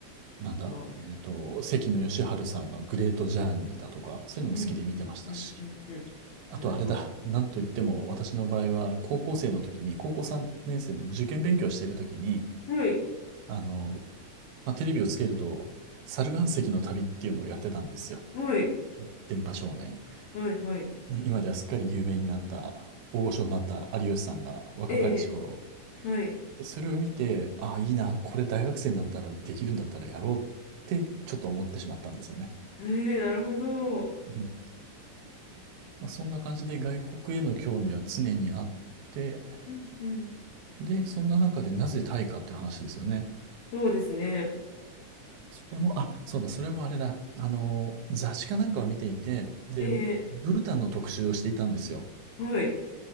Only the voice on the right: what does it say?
なんだえっと、関野吉晴さんのグレートジャーニーだとか、そういうのも好きで見てましたし、
あとあれだ、
なんといっても私の場合は高校生の時に、高校3年生の受験勉強している時に、
あの、まあ、テレビをつけると、猿岩石の旅っていうのをやってたんですよ。
電波少年。
ね今ではすっかり有名になった、大御所になった有吉さんが若かりし頃
で、それを見て、ああ、いいな、これ大学生になったらできるんだったらやろうってちょっと思ってしまったんですよね。
うん。まあ、そんな感じで外国への興味は常にあって、
で、そんな中でなぜタイかっていう話ですよね。
それも、あ、そうだ、それもあれだ。あの、雑誌かなんかを見ていて、で、
ブータンの特集をしていたんですよ。